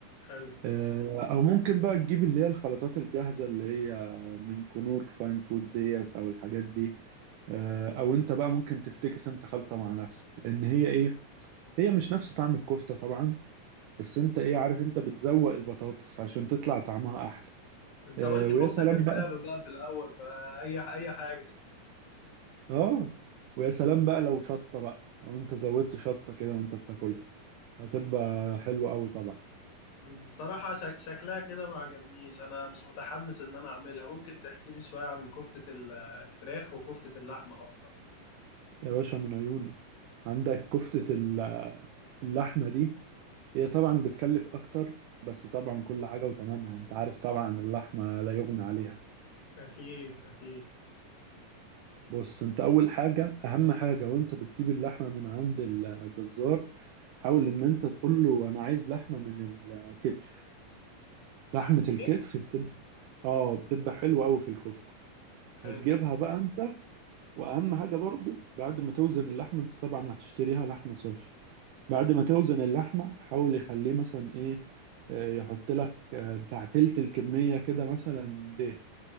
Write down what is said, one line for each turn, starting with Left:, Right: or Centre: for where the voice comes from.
Left: حلو
Right: آه، أو ممكن بقى تجيب اللي هي الخلطات الجاهزة اللي هي من كنور فاين فود ديت أو الحاجات دي آه، أو أنت بقى ممكن تفتكس أنت خلطة مع نفسك لأن هي إيه هي مش نفس طعم الكفتة طبعا بس أنت إيه عارف أنت بتزوق البطاطس عشان تطلع طعمها أحلى
Left: انت
Right: آه،
Left: قلت
Right: ويا
Left: كفتة
Right: سلام
Left: كدابة
Right: بقى
Left: بقى في الأول فأي أي حاجة
Right: اه ويا سلام بقى لو شطة بقى لو انت زودت شطة كده وانت بتاكلها هتبقى حلوة قوي طبعا
Left: بصراحة شك... شكلها كده ما عجبنيش أنا مش متحمس إن أنا أعملها ممكن تحكي لي شوية عن كفتة ال- الفراخ وكفتة اللحمة أفضل
Right: يا باشا من عيوني عندك كفتة ال- اللحمة دي هي طبعا بتكلف اكتر بس طبعا كل حاجة وتمنها انت عارف طبعا اللحمة لا يغنى عليها
Left: أكيد أكيد
Right: بص انت اول حاجة اهم حاجة وانت بتجيب اللحمة من عند الجزار حاول ان انت تقول له انا عايز لحمة من الكتف لحمة
Left: لحمة
Right: الكتف
Left: كتف
Right: بتبقى اه بتبقى حلوة قوي في الكفتة
Left: حلو
Right: هتجيبها بقى انت واهم حاجه برضو بعد ما توزن اللحمه انت طبعا هتشتريها لحمه صافي بعد ما توزن اللحمه حاول يخليه مثلا ايه آه، يحط لك آه، بتاع تلت الكميه كده مثلا ده